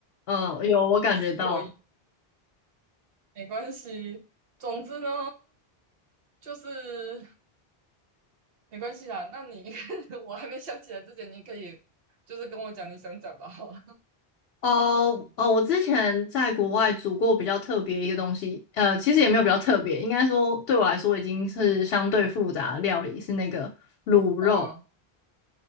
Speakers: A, on the left (about 75°); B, on the right (about 70°).
A: 嗯，有，我感觉到。
B: 所以没关系。总之呢，就是。没关系啦。那你 <laughs> 我还没想起来之前，你可以就是跟我讲你想讲的好了
A: 哦哦，我之前在国外煮过比较特别一个东西，呃，其实也没有比较特别，应该说对我来说已经是相对复杂的料理，是那个卤肉，
B: 嗯，